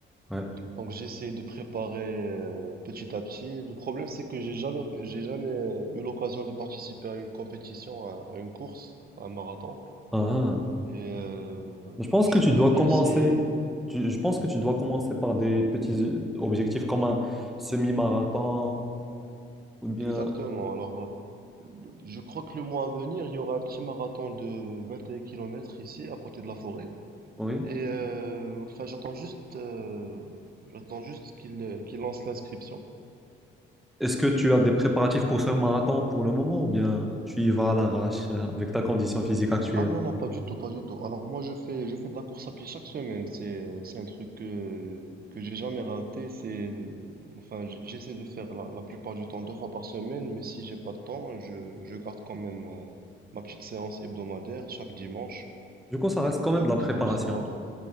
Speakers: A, in the centre; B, on the right.
A: Ouais.
B: Donc j'ai essayé de préparer euh, petit à petit. Le problème c'est que j'ai jamais j'ai jamais euh, eu l'occasion de participer à une compétition, à, à une course, à un marathon.
A: Ah, ah.
B: Et euh,
A: Je pense
B: je
A: que tu
B: devrais
A: dois commencer.
B: essayer.
A: tu- je pense que tu dois commencer par des petits euh, objectifs comme un semi-marathon ou bien.
B: Exactement. Alors euh, je crois que le mois à venir, il y aura un petit marathon de 21 km ici, à côté de la forêt.
A: Oui.
B: Et euh, enfin j'attends juste euh, j'attends juste qu'il euh, qu'il lance l'inscription.
A: Est-ce que tu as des préparatifs pour ce marathon pour le moment ou bien tu y vas à l'arrache euh, avec ta condition physique actuelle?
B: Ah non, non, pas du tout, pas du tout. Alors moi, je fais, je fais de la course à pied chaque semaine. C'est, c'est un truc que, que j'ai jamais raté. C'est, enfin, j- j'essaie de faire la, la plupart du temps deux fois par semaine, mais si j'ai pas de temps, je, je garde quand même euh, ma petite séance hebdomadaire chaque dimanche,
A: Du coup, ça reste quand même
B: chaque
A: de la
B: dimanche
A: préparation.
B: soir.